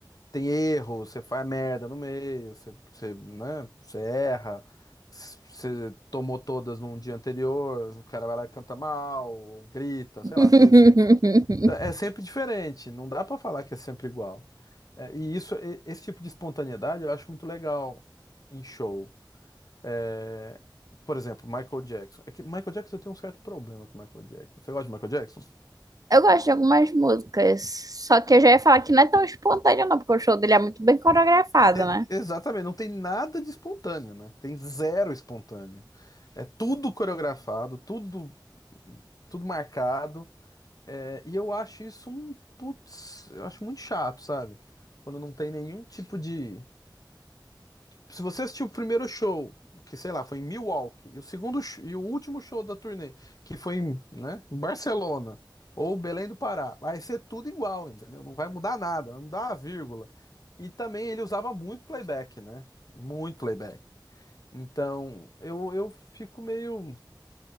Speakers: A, on the left; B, on the right.
A: tem erro, você faz merda no meio, você, você, né, você erra, s- você tomou todas num dia anterior, o cara vai lá e canta mal, ou grita,
B: <laughs>
A: sei lá, coisa assim. Então, é sempre diferente, não dá pra falar que é sempre igual. É, e isso, e- esse tipo de espontaneidade eu acho muito legal em show. É, Por exemplo, Michael Jackson. É que Michael Jackson eu tenho um certo problema com Michael Jackson. Você gosta de Michael Jackson?
B: Eu gosto de algumas músicas, só que eu já ia falar que não é tão espontâneo não, porque o show dele é muito bem coreografado,
A: E-
B: né?
A: Exatamente, não tem nada de espontâneo, né? Tem zero espontâneo. É tudo coreografado, tudo, tudo marcado. é, e eu acho isso um, putz, eu acho muito chato, sabe? Quando não tem nenhum tipo de, se você assistiu o primeiro show, que sei lá, foi em Milwaukee, e o segundo sh- e o último show da turnê, que foi em, né, em Barcelona ou Belém do Pará, vai ser tudo igual, entendeu? Não vai mudar nada, vai mudar uma vírgula. E também ele usava muito playback, né? Muito playback. Então, eu, eu fico meio,